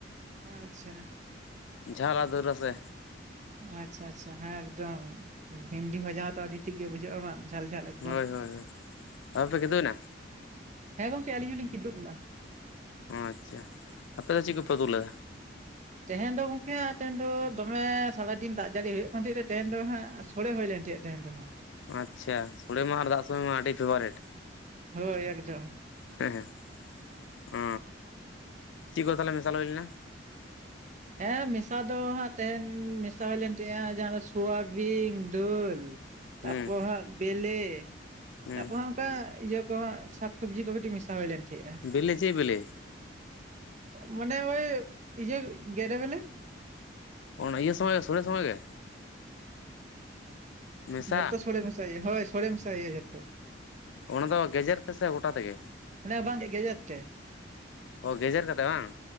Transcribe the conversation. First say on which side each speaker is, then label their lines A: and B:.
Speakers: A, on the right; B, on the left.
A: ᱟ ᱪᱷᱟ
B: ᱡᱷᱟᱞ ᱟᱨ ᱫᱟᱹᱞ ᱨᱟᱹᱥᱮ
A: ᱟᱪᱪᱷᱟ ᱟᱪᱪᱷᱟ ᱦᱮᱸ ᱮᱠᱫᱚᱢ ᱵᱷᱤᱱᱰᱤ ᱵᱷᱟᱡᱟ ᱦᱚᱛᱚ ᱟᱹᱰᱤ ᱴᱷᱤᱠ ᱜᱮ ᱵᱩᱡᱷᱟᱹᱜᱼᱟ ᱵᱟᱝ ᱡᱷᱟᱞ ᱡᱷᱟᱞ ᱮᱠᱫᱚᱢ
B: ᱦᱳᱭ ᱦᱳᱭ <inaudible> ᱠᱤᱫᱩᱜ ᱮᱱᱟ
A: ᱦᱮᱸ ᱜᱚᱢᱠᱮ ᱟᱹᱞᱤᱧ ᱦᱚᱸᱞᱤᱧ ᱠᱤᱫᱩᱵᱱᱟ
B: ᱟᱪᱪᱷᱟ ᱟᱯᱮ ᱫᱚ ᱪᱮᱫ ᱠᱚᱯᱮᱚᱫᱩᱞᱟ
A: ᱛᱮᱦᱮᱱ ᱫᱚ ᱜᱚᱝᱠᱮ ᱟ ᱴᱦᱮᱧ ᱫᱚᱢᱮ ᱥᱟᱨᱟᱫᱤᱱ ᱫᱟᱜ ᱡᱟᱹᱨᱤ ᱦᱩᱭᱩᱜ ᱠᱟᱱ ᱛᱟᱦᱮᱸ ᱛᱮᱦᱮᱱ ᱫᱚ ᱦᱟᱸᱜ ᱥᱚᱲᱮ ᱦᱩᱭ ᱞᱮᱱ ᱛᱟᱦᱮᱸᱜ <inaudible>
B: ᱟᱪᱪᱷᱟ ᱥᱳᱲᱮ ᱢᱟ ᱨᱟᱜ ᱥᱚᱢᱚᱭ ᱢᱟ ᱟᱹᱰᱤ ᱯᱷᱮᱵᱟᱨᱮᱴ
A: ᱦᱳᱭ ᱮᱠᱫᱚᱢ
B: ᱦᱮᱸ ᱦᱮᱸ ᱚ ᱪᱤᱫ ᱠᱚ ᱛᱟᱦᱚᱞᱮ ᱢᱮᱥᱟᱞ ᱦᱩᱭ ᱞᱮᱱᱟ
A: ᱦᱮᱸ ᱢᱮᱥᱟ ᱫᱚ ᱦᱟᱸᱜ ᱛᱮᱦᱮᱱ ᱢᱮᱥᱟ ᱦᱩᱭᱞᱮᱱ ᱛᱟᱦᱮᱸᱼᱟ ᱡᱟᱦᱟᱸ ᱫᱚ ᱥᱚᱣᱟᱵᱤᱱ ᱫᱟᱹᱞ ᱛᱟᱯᱚᱨ
B: ᱦᱩᱸ
A: ᱦᱟᱸᱜ ᱵᱮᱞᱮ
B: ᱦᱩᱸ
A: ᱛᱟᱯᱚᱨ <inaudible> <inaudible> ᱤᱭᱟᱹ ᱠᱚ ᱦᱟᱜ ᱥᱟᱠᱥᱚᱵᱽᱡᱤ ᱠᱚ ᱠᱟᱹᱴᱤᱡ ᱢᱮᱥᱟ ᱦᱩᱭ ᱞᱮᱱ ᱛᱟᱦᱤᱸᱜᱼᱟ
B: ᱵᱮᱹᱞᱮ ᱪᱮ ᱵᱮᱹᱞᱮ
A: ᱢᱟᱱᱮ ᱳᱭ ᱤᱭᱟᱹ ᱜᱮᱰᱮ ᱵᱮᱹᱞᱮ
B: ᱚᱱᱟ ᱤᱭᱟᱹ ᱥᱚᱢᱚᱭ ᱜᱮ ᱥᱚᱲᱮ ᱥᱚᱢᱚᱭ ᱜᱮ ᱢᱮᱥᱟ
A: ᱡᱷᱚᱛᱛᱚ ᱥᱚᱲᱮ ᱢᱮᱥᱟᱭ ᱦᱳᱭ ᱥᱚᱲᱮ ᱢᱮᱥᱟᱭ ᱳᱭ ᱡᱚᱛᱛᱚ
B: ᱚᱱᱟ ᱫᱚ ᱜᱮᱡᱮᱨ ᱛᱮ ᱥᱮ ᱜᱚᱴᱟ ᱛᱮᱜᱮ
A: ᱚᱱᱮ ᱵᱟᱝ ᱜᱮ ᱜᱮᱡᱮᱨ ᱛᱮ
B: ᱚ ᱜᱮᱡᱮᱨ ᱠᱟᱛᱮ ᱵᱟᱝ